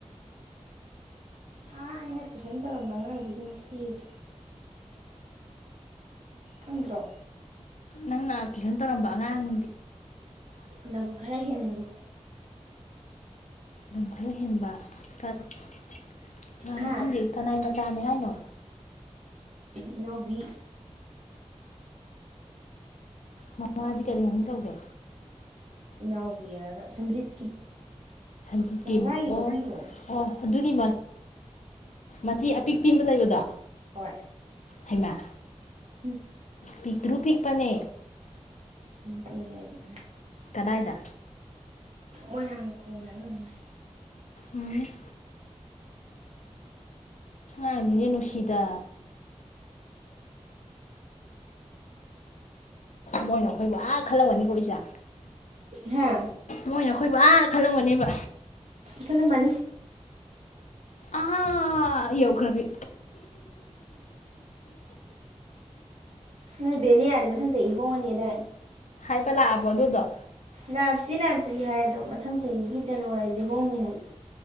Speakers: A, on the right; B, on the left.
A: ꯑꯥ ꯑꯩꯅ ꯇꯨꯏꯁꯟ ꯇꯧꯔꯝꯕ ꯑꯉꯥꯡꯗꯨꯒꯤ ꯃꯆꯦꯗ ꯈꯪꯗꯔꯣ
B: ꯅꯪꯅꯥ ꯇꯨꯏꯁꯣꯟ ꯇꯧꯔꯝꯕ ꯑꯉꯥꯡ
A: ꯂꯝ ꯈꯔ ꯍꯦꯟꯕꯗꯣ
B: ꯂꯝꯈꯔ ꯍꯦꯟꯕ ꯀꯅꯥꯅꯣ
A: ꯍꯥ
B: ꯈꯪꯗꯦ ꯀꯅꯥꯏ ꯃꯥ ꯆꯅꯤ ꯍꯥꯏꯅꯣ
A: ꯏꯅꯥꯎꯕꯤ
B: ꯃꯃꯥꯗꯤ ꯀꯔꯤ ꯃꯃꯤꯡ ꯀꯧꯒꯦ
A: ꯏꯅꯥꯎꯕꯤ ꯍꯥꯏꯔꯒ ꯁꯟꯖꯤꯠꯀꯤ
B: ꯖꯤ
A: ꯂꯝꯒꯥꯏꯒꯤꯗꯣ
B: ꯇ ꯑꯣ
A: ꯈꯪꯗ꯭ꯔꯣ
B: ꯑꯣ ꯑꯗꯨꯒꯤ ꯃꯆꯦ ꯑꯄꯤꯛ ꯄꯤꯕ ꯂꯩꯕꯗꯣ
A: ꯍꯣꯏ
B: ꯍꯩꯃꯥ
A: ꯍꯝ
B: ꯄꯇꯔꯨ ꯄꯤꯛꯄꯅꯦ
A: ꯄꯦꯜꯂꯦ ꯍꯥꯏꯁꯤꯅꯦ
B: ꯀꯗꯥꯏꯗ
A: ꯃꯣꯏꯔꯥꯡ ꯈꯣꯡ ꯍꯥꯏꯕꯔꯥ ꯀꯩꯅꯣꯝ ꯍꯥꯏ
B: ꯎꯝ ꯑꯦ ꯑꯉꯥꯡ ꯁꯤꯡꯁꯦ ꯅꯨꯡꯁꯤꯗꯥ ꯃꯣꯏꯅ ꯑꯩꯈꯣꯏ ꯑ ꯈꯜꯂꯝꯛꯒꯅꯤꯀꯣ ꯏꯁꯦ
A: ꯍꯥꯥ
B: ꯃꯣꯏꯅ ꯑꯩꯈꯣꯏ ꯕ ꯨ ꯑꯥ ꯈꯜꯂꯝꯒꯅꯦꯕ
A: ꯈꯜꯂꯝꯃꯅꯤ
B: ꯑ ꯌꯧꯈ꯭ꯔꯕꯤ
A: ꯅꯣꯏ ꯕꯦꯅꯤꯌꯥ ꯗꯤ ꯃꯊꯪ ꯆꯍꯤ ꯍꯣꯡꯉꯅꯤꯗ
B: ꯂꯥꯛ ꯑꯥꯕꯣ ꯑꯗꯨꯗꯨꯗ
A: ꯂꯥꯛꯇꯤ ꯂꯥꯛꯇ꯭ꯔꯤ ꯍꯥꯏꯗꯣ ꯃꯊꯪ ꯆꯍꯤꯒꯤ ꯖꯅꯋꯥꯔꯤꯗ ꯍꯣꯡꯉꯤ ꯍꯥꯏ